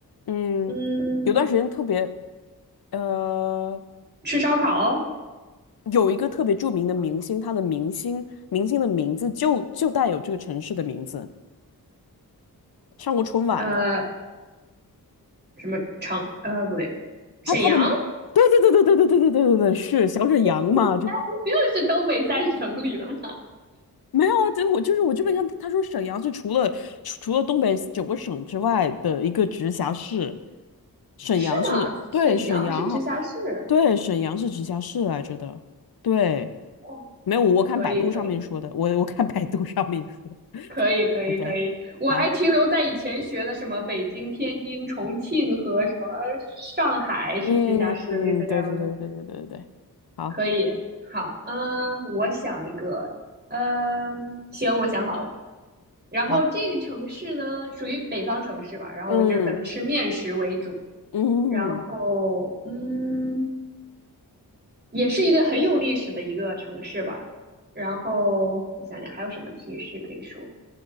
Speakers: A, on the left; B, on the right.
A: 嗯，
B: 嗯，
A: 有段时间特别呃。
B: 吃烧烤？
A: 有一个特别著名的明星，他的明星明星的名字就就带有这个城市的名字，上过春晚的。
B: 呃，什么长？呃，不对，沈阳？
A: 他他的，对对对对对对对对对对对，是小沈阳嘛？
B: <laughs> 不
A: 这
B: 就是东北三省里的吗？
A: 没有啊，这我就是我这边看，他说沈阳是除了除除了东北九个省之外的一个直辖市，
B: <laughs>
A: 沈阳是对沈阳好，
B: 是吗？沈阳是直辖市。
A: 对沈阳是直辖市来着的，对，
B: 哦，
A: 没有我我看百度上面说的，
B: 可以，可以，
A: 我我看百度上面说
B: 可以，可以，
A: ，OK。
B: 可以。我还停留在以前学的什么北京、
A: 好。
B: 天津、重庆和什么上海是直辖市，
A: 嗯嗯，
B: 类似这样的。
A: 对对对对对对对，好，
B: 可以，好，嗯，我想一个，嗯，行，我想好了。然后这个城市呢，
A: 好，
B: 属于北方城市吧，然后就是可能吃面食为主，
A: 嗯嗯
B: 然后嗯，也是一个很有历史的一个城市吧。然后我想想还有什么提示可以说，